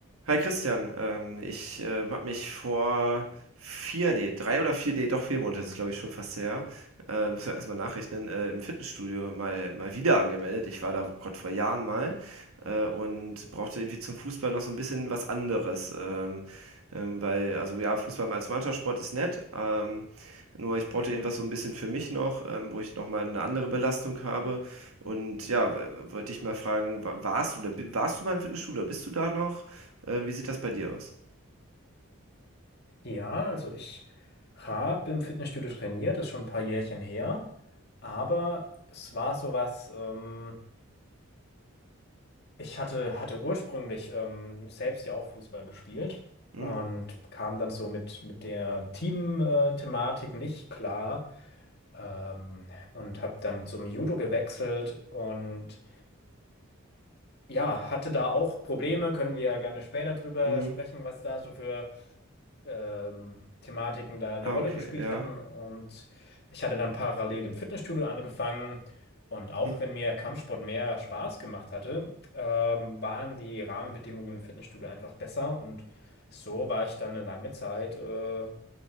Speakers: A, on the right; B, on the left.
A: Hi Christian, ähm, ich ähm, habe mich vor vier, nee, drei oder vier, nee, doch vier Monate, das ist glaube ich schon fast her, äh, muss ja erstmal nachrechnen, äh, im Fitnessstudio mal, mal wieder angemeldet. Ich war da, oh Gott, vor Jahren mal äh, und brauchte irgendwie zum Fußball noch so ein bisschen was anderes. Ähm, ähm, weil, also ja, Fußball als Mannschaftssport ist nett, ähm, nur ich brauchte irgendwas so ein bisschen für mich noch, ähm, wo ich nochmal eine andere Belastung habe. Und ja, w- wollte ich mal fragen, wa- warst du, oder bi- warst du beim Fitnessstudio, oder bist du da noch? Äh, wie sieht das bei dir aus?
B: Ja, also ich habe im Fitnessstudio trainiert, ist schon ein paar Jährchen her, aber es war sowas, ähm, ich hatte, hatte ursprünglich ähm, selbst ja auch Fußball gespielt
A: Hm,
B: und kam dann so mit, mit der Team-Thematik nicht klar ähm, und habe dann zum Judo gewechselt und ja, hatte da auch Probleme, können wir ja gerne später drüber
A: hm.
B: sprechen, was da so für ähm, Thematiken da eine
A: Ah,
B: Rolle
A: okay,
B: gespielt
A: ja.
B: hatten. Und ich hatte dann parallel im Fitnessstudio angefangen. Und auch
A: Mhm,
B: wenn mir Kampfsport mehr Spaß gemacht hatte, ähm, waren die Rahmenbedingungen im Fitnessstudio einfach besser. Und so war ich dann eine lange Zeit äh,